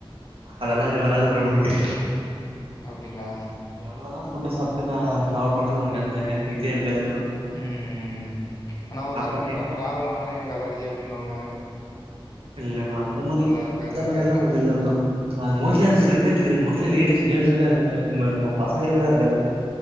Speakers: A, on the right; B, on the left.
A: அதெல்லா என்கு வராது ப்ரோ நமக்கு
B: அப்டிங்களா
A: எவ்ளதா புஃட்டு சாப்ட்டு நா டிராவல் பண்ணாலு நம்மளுக்கு அந்த இதே இருக்காது ப்ரோ
B: ம் ஆனா ஒரு
A: அப்பாட்டே
B: சிலவ்ங்க டிராவல்னாலே எனக்கு அலர்ஜி அப்டின்னுவாங்க
A: இல்ல ப்ரோ அந்த மாரி
B: அதுக்காக
A: அந்த
B: நான்
A: மாரி
B: கேட்குறேன்
A: எல்லா முஞ்சல்ல ப்ரோ அது மோஸ்ட்லி அந்த சில பேத்துக்கு இது மோஸ்ட்லி லேடிஸ் கேள்ஸுகு அது மாரி இருகு பாரு பசங்களுக்குல்ல இருகாது